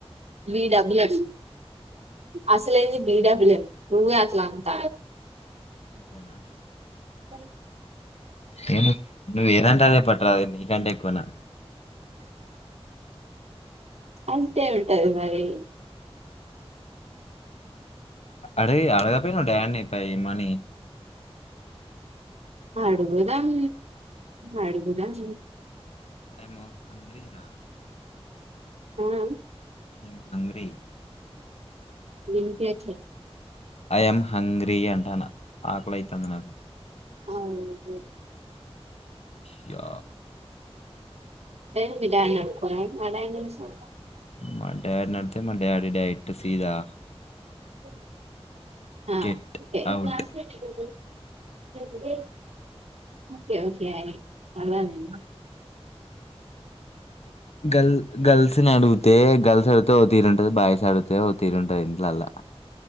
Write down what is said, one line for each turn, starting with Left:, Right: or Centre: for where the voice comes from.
Right: బిడబ్ల్యూఎచ్ అసలైంది బిడబ్ల్యూ ఎమ్ నువ్వే అసలు అంత
Left: అంతేనా
Right: తాయి
Left: తిను నువ్ ఏదంటె అదే పట్రాదు నీ కంటే ఏక్ కోన
Right: అంతే ఉంటది మరి
Left: అరేయ్ అడగాపెనవ్ డాన్ని పై మనీ
Right: ఆడుగుధాం ఆడుగుధాం
Left: ఏమో హంగ్రీ రా
Right: ఆఆ
Left: మేము హంగ్రి
Right: వినిపియట్లే
Left: ఐఎమ్ హంగ్రీ అంటానా ఆకలైతంది నాకు
Right: అ అలాగే
Left: య
Right: తే మీ డాన్ని ఆడుక్కోరాదు మా డాన్ని ఎందుకు
Left: మా డాడీ అడిగితే మా డాడీ డైట్ సీదా
Right: <inaudible> ఆ
Left: గెట్
Right: ఒకే
Left: అవుట్
Right: క్లాస్ మీట్ ఇడా ఉంది ఓకే ఓకే అలానే నా
Left: గల్ గల్స్ ని అడిగితే గర్ల్స్ అడిగితే ఓ తీరు ఉంటది బాయ్స్ అడిగితే ఓ తీరు ఉంటది ఇండ్లాల్లా